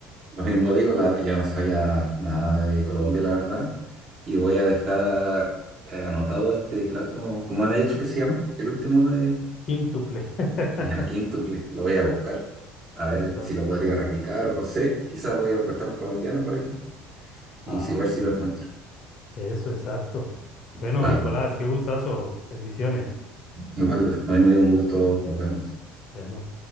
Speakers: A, on the right (about 40°); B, on the left (about 45°).
A: Lo mismo digo, la- yo no sabía nada de Colombia, la verdad. Y voy a dejar eh, anotado este plato, ¿cómo había dicho que se llama? El último de...
B: Quíntuple. <laughs>
A: Ya, quíntuple, lo voy a buscar. A ver
B: Exacto.
A: si lo podría replicar o no sé. Quizás voy a un restaurante colombiano por aquí y
B: Ah,
A: si
B: bueno.
A: ver si lo encuentro.
B: Eso, exacto. Bueno,
A: Vale,
B: Nicolás, qué gustazo. Bendiciones.
A: igual lo mismo digo, un gusto, nos vemos.
B: Bueno.